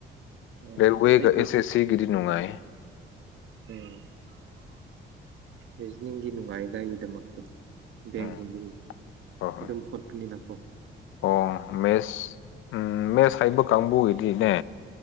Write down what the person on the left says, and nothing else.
ꯔꯦꯦꯜꯋꯦ
ꯀ ꯑꯦꯁꯦ ꯁꯤꯒꯗꯤ ꯅꯨꯡꯉꯥꯏ
ꯎꯝ ꯍꯣꯏ ꯍꯣꯏ
ꯑꯣ ꯃꯦꯠꯁ ꯎꯝ ꯃꯦꯠꯁ ꯍꯥꯏꯕ ꯀꯥꯡꯕꯨꯒꯤꯗꯤꯅꯦ